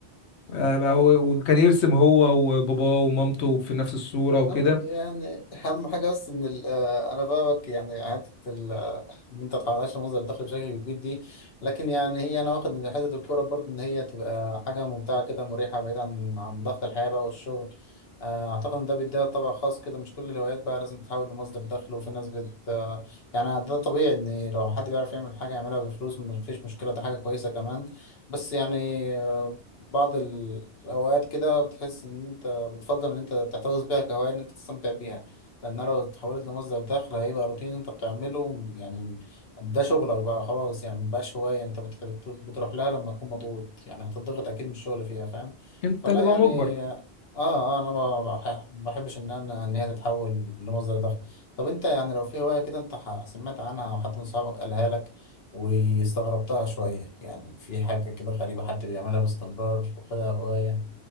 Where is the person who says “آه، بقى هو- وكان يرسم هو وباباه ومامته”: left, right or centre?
Left